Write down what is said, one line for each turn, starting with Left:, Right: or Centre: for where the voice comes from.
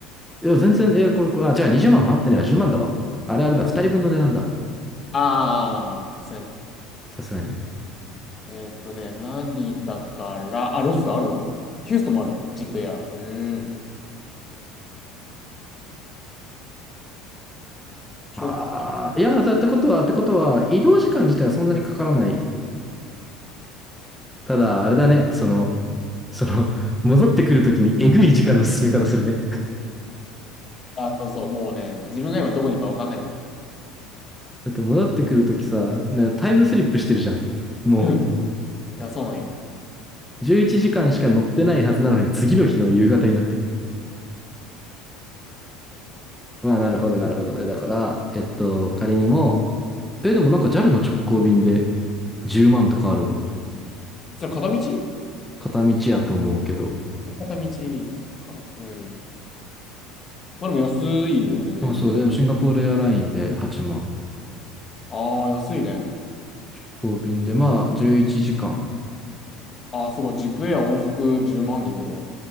Centre: いや、全然、え、これ、これ、あ、じゃあ20万も払ってねえわ、10万だわ。あれあれだ、2人分の値段だ。
Left: ああ、さすがに。
Centre: さすがに。
Left: えーっとね、成田から、あ、ロスだ、あるわ。ヒューストンもある、ジップエア。うーん。直帰。
Centre: ああ、いや、だってことは、ってことは、移動時間自体はそんなにかからない。ただ、あれだね、その、その、<laughs> 戻ってくるときにえぐい時間の進み方するね。
Left: あ、そうそう、もうね、自分が今どこにいるかわかんないね。
Centre: だって戻ってくるときさ、タイムスリップしてるじゃん。も
Left: うんいや、そうなんよ。
Centre: 11時間しか乗ってないはずなのに、次の日の夕方になってる。まあ、なるほど、なるほど。えだから、えっと、仮にも、え、でもなんか JAL の直行便で10万とかあるわ。
Left: それ片道
Centre: 片道やと思うけど。
Left: 片道かな。うん。まあでも安いよね、全然。
Centre: あ、そう、でもシンガポールエアラインで8万。
Left: ああ、安いね。
Centre: 直行便で、まあ、11時間。
Left: ああ、すごい。ジップエア往復10万でいけるわ。